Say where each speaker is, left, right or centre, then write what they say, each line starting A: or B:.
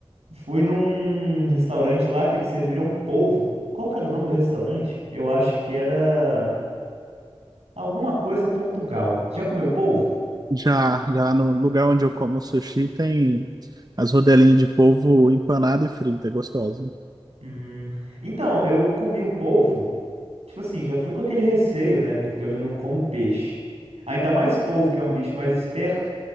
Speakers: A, on the right; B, on the right.
A: Fui num restaurante lá que eles serviram um polvo. Qual que era o nome do restaurante? Eu acho que era alguma coisa Portugal. Já comeu polvo?
B: Já, já no lugar onde eu como sushi tem as rodelinhas de polvo empanada e frita, é gostoso.
A: Hum, Então, eu comi o polvo Tipo assim, já fui com aquele receio, né? Porque eu já não como peixe. Ainda mais polvo, que é um bicho mais esperto.